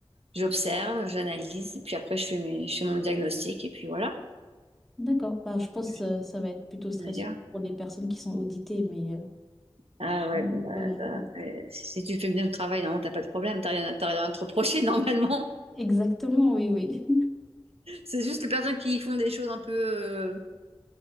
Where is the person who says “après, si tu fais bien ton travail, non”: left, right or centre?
Right